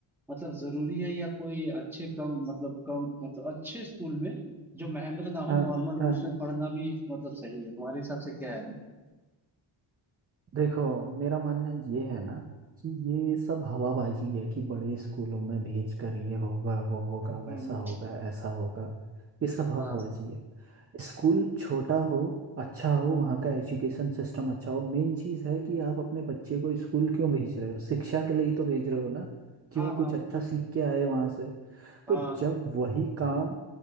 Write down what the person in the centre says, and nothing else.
मतलब जरूरी है या कोई अच्छे कम मतलब कम मतलब अच्छे स्कूल में जो महंगा ना
हो नॉर्मल हो
उसमें पढ़ना भी मतलब सही है तुम्हारे हिसाब से क्या है
हम्म हम्म,
हाँ
हाँ
हाँ
हाँ हाँ